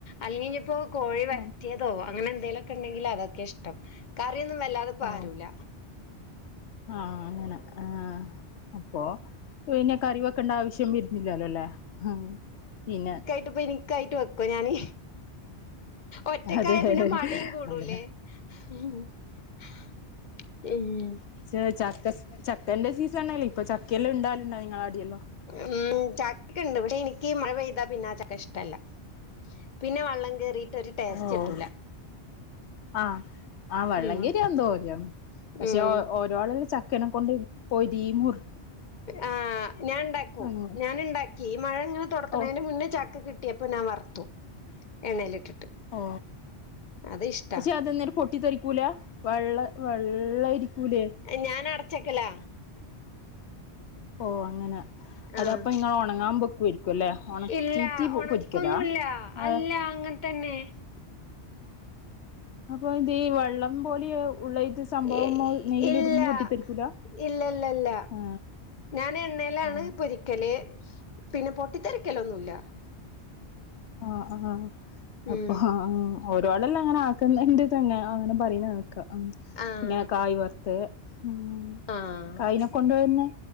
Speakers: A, on the left (about 45°); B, on the left (about 75°).
A: അല്ലെങ്കിപ്പോ കോഴി വരട്ടിയ
B: ആഹ്
A: തോ അങ്ങനെന്തേലൊക്കെണ്ടെങ്കിതൊക്കെ ഇഷ്ടം കറിയൊന്നും വല്ലാതെ പാരൂല
B: ഓ ആഹ് അങ്ങനെ ആഹ് അപ്പൊ പിന്നെ കറി വെക്കണ്ട ആവശ്യം വരുന്നില്ലല്ലോല്ലേ ഉം പിന്നെ
A: ട്ട്പ്പിനിക്കായിട്ട് വെക്കോ ഞാന് ഒറ്റക്കായാ
B: അതെ
A: പിന്നെ മടിയും കൂടൂലേ
B: അതെ
A: <unintelligible> <unintelligible>
B: ചെ ചക്ക ചക്കന്റെ സീസണണെല്ലേ ഇപ്പൊ ചക്കയെല്ലാം ഇണ്ടാവലുണ്ടോ ങ്ങളാടിയെല്ലോ?
A: ഉം ചക്കണ്ട് പക്ഷെ എനിക്കീ മഴ പെയ്താ പിന്നാ ചക്ക ഇഷ്ടല്ല പിന്നെ വള്ളം കേറി <unintelligible>
B: ഓഹ് ആഹ് ആഹ് വെള്ളങ്കേറിയാ
A: ഉം
B: എന്തോല്ലാവും പക്ഷെ
A: ഉം
B: ഓരാള് ചക്കനെ കൊണ്ട് പോരി മുർ
A: ആ ഞാൻ ണ്ടാക്കും
B: അങ്ങനെ
A: ഞാന്ണ്ടാക്കി ഈ മഴ ഇങ്ങനെ തുടത്തണതിന്റെ
B: ഓഹ്
A: മുന്നേ ചക്ക കിട്ടി ട്ടിയപ്പോ ഞാൻ വർത്തു എണ്ണയിലിട്ടിട്ട്
B: ഓ
A: അതിഷ്
B: പക്ഷെ അതന്നേരം പൊട്ടിത്തെറിക്കൂല വള്ള വള്ളായിരിക്കൂലേ?
A: ഞാനടച്ചക്കലാ
B: ഓ അങ്ങനെ അതപ്പൊ
A: ആഹ്
B: നിങ്ങളൊണങ്ങാൻ വക്കോര്ക്കുംല്ലേ ഉണക്കീട്ട്
A: ഇല്ല ഒണക്കൊന്നുല്ല
B: പൊരിക്കലാ
A: അല്ല
B: ഏ
A: അങ്ങൻ തന്നെ
B: അപ്പൊ ഇത്ഈ വെള്ളം പോലെ ഉള്ള ഇത് സംഭവം
A: ഏ
B: നെയ്യിലിടുമ്പോ
A: ഇല്ല
B: പൊട്ടിത്തെറിക്കൂല
A: ഇല്ലല്ലല്ല
B: ആ
A: ഞാൻ എണ്ണയിലാണ്
B: ആ
A: പൊരിക്കല് പിന്നെ പൊട്ടിത്തെറിക്കലൊന്നുല്ല
B: ആഹ് ആഹ്
A: ഉം
B: അപ്പൊ ഹാ ആഹ് ഓരോളല്ലാം അങ്ങനെ ആക്കുന്നന്റെ തന്നെ അങ്ങനെ പറയുന്നാക്ക
A: ആഹ്
B: പിന്നെ കായ് വർത്തെ ഉം
A: ആഹ്
B: കായനെ കൊണ്ടുവരുന്നേ